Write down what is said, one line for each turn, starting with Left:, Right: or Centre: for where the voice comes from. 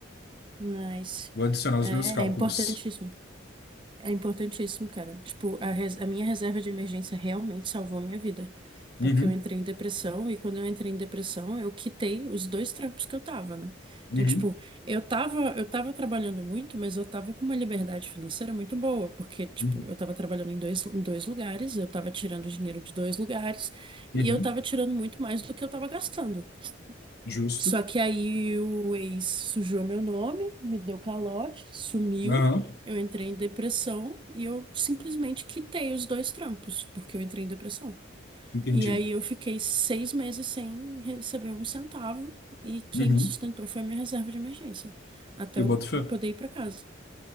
Right: Mas
Left: Vou adicionar
Right: é,
Left: os meus cálculos.
Right: é importantíssimo. É importantíssimo, cara. Tipo, a, res- a minha reserva de emergência realmente salvou a minha vida.
Left: Uhum,
Right: Porque eu entrei em depressão e quando eu entrei em depressão, eu quitei os dois trampos que eu tava, né?
Left: uhum,
Right: Então, tipo, eu tava, eu tava trabalhando muito, mas eu tava com uma liberdade financeira muito boa, porque, tipo,
Left: uhum,
Right: eu tava trabalhando em dois, em dois lugares, eu tava tirando dinheiro de dois lugares e
Left: uhum.
Right: eu tava tirando muito mais do que eu tava gastando.
Left: Justo.
Right: Só que aí o ex sujou meu nome, me deu calote, sumiu.
Left: Aham,
Right: Eu entrei em depressão e eu simplesmente quitei os dois trampos, porque eu entrei em depressão.
Left: entendi.
Right: E aí eu fiquei seis meses sem receber um centavo e quem
Left: Uhum.
Right: me sustentou foi a minha reserva de emergência, até
Left: Eu
Right: eu
Left: boto fé.
Right: eu poder ir para casa.